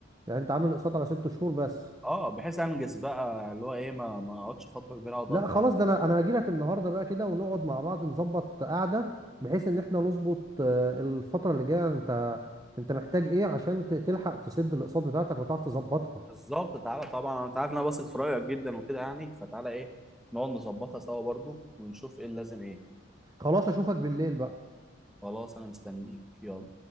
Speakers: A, on the right; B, in the centre.
A: يعني انت عامل اقساط على ست شهور بس
B: اه بحيث انجز بقى اللي هو ايه ما ما اقعدش فتره كبيره اقعد
A: لا
B: ادفع
A: خلاص
B: وكده
A: ده انا انا هاجي لك النهارده بقى كده ونقعد مع بعض نظبط قعده بحيث ان احنا نظبط آه، الفتره اللي جايه انت انت محتاج ايه عشان ت- تلحق تسد الاقساط بتاعتك وتعرف تظبطها
B: بالظبط تعالى طبعا انت عارف ان انا بثق في رايك جدا وكده يعني فتعالى ايه نقعد نظبطها سوا برضو ونشوف ايه اللي لازم ايه
A: خلاص اشوفك بالليل بقى
B: خلاص انا مستنيك يلا